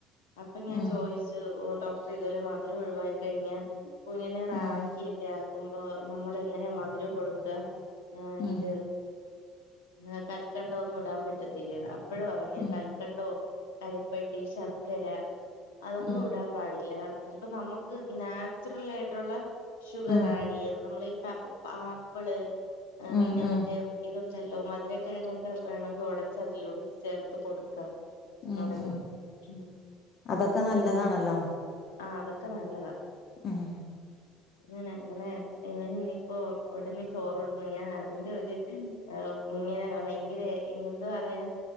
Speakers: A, on the left; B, on the left.
A: അപ്പൊ ഞാൻ
B: ഉം
A: ചോയിച്ചു ഓഹ് ഡോക്ടറെ ഇതുപോലെ മധുരം ഒഴിവായി കഴിഞ്ഞ കുഞ്ഞിനെ റാഗിയൊക്കെ
B: ഉം
A: ആക്കുമ്പോ നമ്മൾ എങ്ങനെ മധുരം കൊടുക്കുക ആഹ്
B: ഉം
A: ഇത് ആഹ് കൽക്കണ്ടവൊന്നും ഇടാൻ പറ്റത്തി ത്തില്ലെന്ന് അപ്പഴ പറഞ്ഞെ
B: ഉം
A: കൽക്കണ്ടോ കരിപ്പട്ടി ശർക്കര അതൊന്നും
B: ഉം
A: ഇടാൻ പാടില്ല ഇപ്പൊ നമുക്ക് നാച്ചുറൽ ആയിട്ടുള്ള ഷുഗർ
B: ഉം
A: ആഡ് ചെയ്യ നമ്മള ആപ്പിള്
B: ഉം
A: പിന്നെ
B: ഉം
A: മറ്റേ ഇതുണ്ടല്ലോ മധുരക്കിഴങ്ങൊക്കെ വേണങ്കിൽ ഒടച്ച <unintelligible> ചേർത്ത് കൊടുക്ക. <unintelligible>
B: ഉം ഉം അതൊക്കെ നല്ലതാണല്ലോ
A: ആഹ് അതൊക്കെ നല്ലതാ
B: ഉം
A: ഇങ്ങനെ ഇങ്ങനെ ഇങ്ങനെ ഇനിയിപ്പോ ഒടനെ ചോറൊടുക്കണം ഞാൻ അതിന്റെ ഒരു ആഹ് ഇങ്ങനെ ഭയങ്കര ഇനി എന്ത് പറയാ